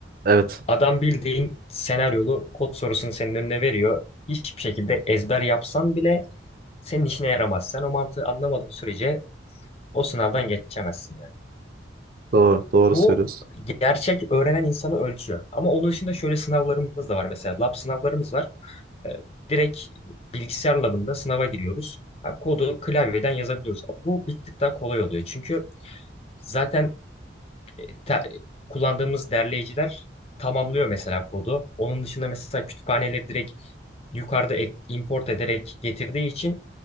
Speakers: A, on the right; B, on the left.
A: Evet,
B: Adam bildiğin senaryolu kod sorusunu senin önüne veriyor. Hiçbir şekilde ezber yapsan bile senin işine yaramaz. Sen o mantığı anlamadığın sürece o sınavdan geçemezsin yani.
A: doğru, doğru
B: Bu
A: söylüyorsun.
B: gerçek öğrenen insanı ölçüyor. Ama onun dışında şöyle sınavlarımız da var mesela. Lab sınavlarımız var. E, direkt bilgisayar labında sınava giriyoruz. Ha, kodu klavyeden yazabiliyoruz. Bu bir tık daha kolay oluyor. Çünkü zaten e, te- kullandığımız derleyiciler tamamlıyor mesela kodu. Onun dışında mesela kütüphaneleri direkt yukarıda ek- import ederek getirdiği için